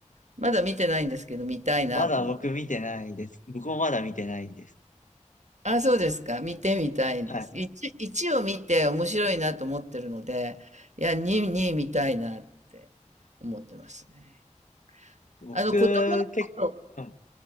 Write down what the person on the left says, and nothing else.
まだ僕見てないです。僕もまだ見てないです。
はい。
僕、
結構、うん、